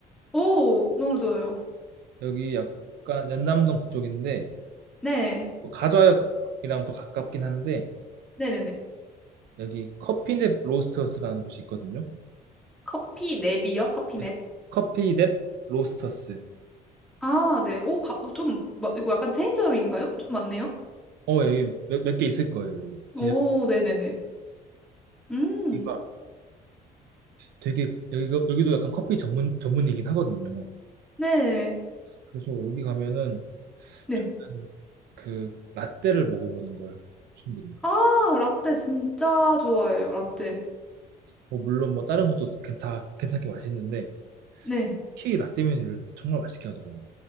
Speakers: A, in the centre; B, on the right.
A: 오, 너무 좋아요.
B: 여기 약간 연남동 그쪽인데
A: 네,
B: 뭐 가좌역이랑 또 가깝긴 한데
A: 네네네.
B: 여기 커피넵 로스터스라는 곳이 있거든요.
A: 커피 냅이요? 커피
B: 네.
A: 냅?
B: 커피넵 로스터스.
A: 아, 네. 오, 가, 어, 좀, 마- 이거 약간 체인점인가요? 좀 맞네요?
B: 어, 여기 몇, 몇 개 있을 거예요. 여기 진짜
A: 오, 네네네. 음,
B: 여기가 되게 여기 여기도 약간 커피 전문 전문이긴 하거든요.
A: 네,
B: 그래서 여기 가면은
A: 네.
B: 저는 그 라떼를 먹어보는 걸 추천드립니다.
A: 아, 라떼 진짜 좋아해요, 라떼.
B: 뭐 물론 뭐 다른 것도 괜- 다 괜찮게 맛있는데
A: 네.
B: 특히 라떼 메뉴를 정말 맛있게 하더라고요.